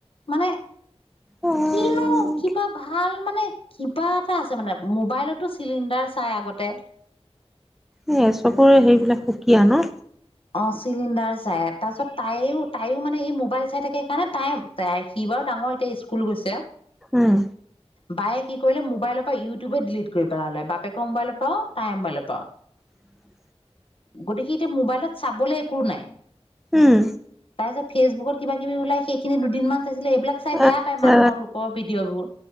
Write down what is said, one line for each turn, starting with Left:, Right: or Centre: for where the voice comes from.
Left: মানে,
Centre: অ',
Left: কিনো কিবা ভাল মানে কিবা এটা আছে মানে, মোবাইলতো চিলিণ্ডাৰ চাই আগতে
Centre: হেইয়া, চবৰে হেৰিবিলাক সুকীয়া ন!
Left: অ চিলিণ্ডাৰ চায়। তাৰছত, তাইয়ো, তাইয়ো মানে এই মোবাইল চাই থাকে কাৰণে তাই <unintelligible> সি বাৰু ডাঙৰ, এতিয়া স্কুল গৈছে।
Centre: উম।
Left: বায়ে কি কৰিলে, মোবাইলৰ পৰা ইউটিউবে ডিলিট কৰি পেলালে। বাপেকৰ মোবাইলৰ পৰাও, তাইৰ মোবাইলৰ পৰাও।
Centre: <inaudible>
Left: গতিকে, সি এতিয়া মোবাইলত চাবলৈ একো নাই।
Centre: উম।
Left: তাৰ পিছত ফেচবুকত কিবাকিবি ওলায়, সেইখিনি দুদিনমান চাইছিলে, এইবিলাক চাই বেয়া
Centre: আচ্ছা
Left: পায়, মানুহৰ-লোকৰ ভিডিঅ'বোৰ।